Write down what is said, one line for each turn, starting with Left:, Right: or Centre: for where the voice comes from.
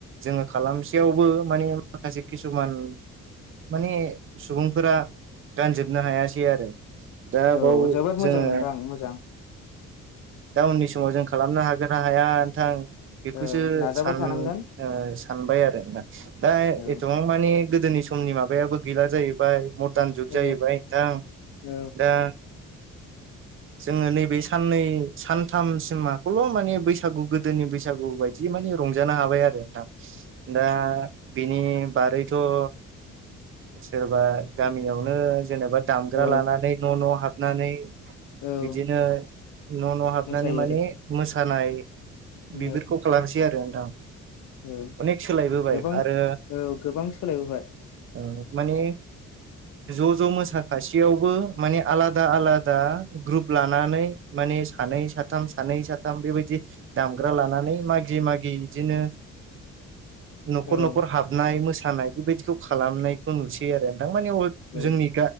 Right: जोङो खालामसेयावबो माने माखासे किसुमान माने सुबुंफोरा गानजोबनो हायासै आरो दा
Left: औ
Right: बाव
Left: जोबोद
Right: जोङो
Left: मोजां नोंथां मोजां
Right: दा उननिस समाव जों खालामनो हागोन ना हाया नोंथां बेखौसो
Left: औ नाजाबाय
Right: सान
Left: थानांगोन
Right: ओ सानबाय आरो दा
Left: औ
Right: एथबां मानि गोदोनि समनि माबायाबो गैला जाहैबाय मरदान जुग
Left: औ
Right: जाहैबाय नोंथां
Left: औ
Right: दा जोङो नैबे साननै सानथामसिमाखौल' माने बैसागु गोदोनि बैसागु बायदि माने रंजानो हाबाय आरो दा बिनि बागै थ' सोरबा गामियावनो जेनेबा दामग्रा
Left: औ
Right: लानानै न' न' हाबनानै
Left: औ
Right: बिदिनो न' न' हाबनानै
Left: मोसायो
Right: माने
Left: आरो
Right: मोसानाय
Left: औ
Right: बिफोरखौ खालामसै आरो नोंथां
Left: औ
Right: अनेक सोलायबोबाय
Left: गोबां
Right: आरो
Left: औ गोबां सोलायबोबाय
Right: औ माने ज' ज' मोसाखायसेयावबो माने आलादा आलादा ग्रुप लानानै माने मे सानै साथाम सानै साथाम बेबायदि दामग्रा लानानै मागि मागि बिदिनो न'खर
Left: औ
Right: न'खर हाबनाय मोसानाय बेबायदिखौ खालामनायखौ नुसै आरो माने
Left: औ
Right: जोंनि